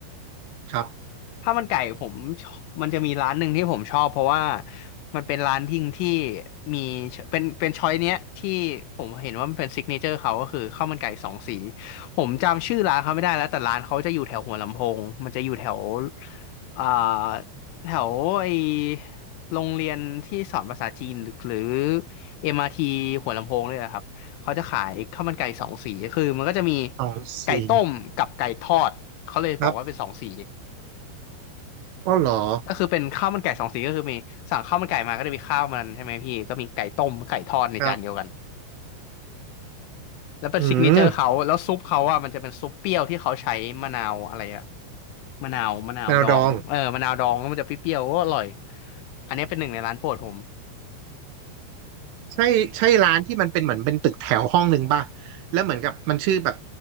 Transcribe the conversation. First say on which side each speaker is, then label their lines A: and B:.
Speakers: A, on the right (about 80°); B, on the left (about 80°).
A: ครับ
B: ข้าวมันไก่ผมชอบมันจะมีร้านหนึ่งที่ผมชอบเพราะว่ามันเป็นร้านทิ้งที่มีเป็นเป็นช้อยเนี้ยที่ผมเห็นว่ามันเป็นซิกเนเจอร์เขาก็คือข้าวมันไก่สองสีผมจำชื่อร้านเขาไม่ได้แล้วแต่ร้านเขาจะอยู่แถวหัวลำโพงมันจะอยู่แถวอ่าแถวไอโรงเรียนที่สอนภาษาจีนหรือหรือ MRT หัวลำโพงเลยอะครับเขาจะขายข้าวมันไก่สองสีคือมันก็จะมี
A: สองสี
B: ไก่ต้มกับไก่ทอดเขาเลยบอกว่าเป็นสองสี
A: ครับกอเหรอ
B: ก็คือเป็นข้าวมันไก่สองสีก็คือมีสั่งข้าวมันไก่มาก็จะมีข้าวมันใช่ไหมพี่ก็มีไก่ต้มไก่ทอดในจานเดียวกัน
A: ครับ
B: แล้วเป็นซิกเนเจอร์เขาแล้วซุปเขาอ่ะมันจะเป็นซุปเปรี้ยวที่เขาใช้มะนาวอะไรอะ
A: อืม
B: มะนาวมะนาวดองเออมะนาวดองแล้วมันจะเปรี้ยวๆก็อร่อย
A: แมนาวดอง
B: อันนี้เป็นหนึ่งในร้านโปรดผม
A: ใช่ใช่ร้านที่มันเป็นเหมือนเป็นตึกแถวห้องหนึ่งป่ะแล้วเหมือนกับมันชื่อแบบ